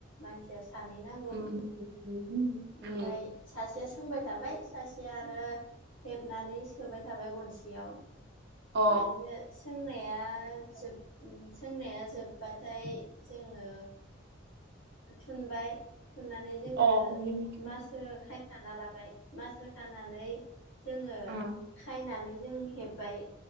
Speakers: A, on the left; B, on the right.
A: मानसिया सानै नांगौ।
B: उम
A: ओमफ्राय
B: उम उम
A: सासेया सोंबाय थाबाय सासेया आरो हेबनानै सोबाय थाबाय गनसियाव।
B: अ
A: ओ बेदिनो सोंनाया जोब उम सोंनाया जोबाथाय जोङो थुनबाय थुननानै जोङो
B: अ उम
A: मास ओ खायखाना लाबाय। मास्राय खानानै जोङो
B: औ
A: खायनानै जों हेब्बाय।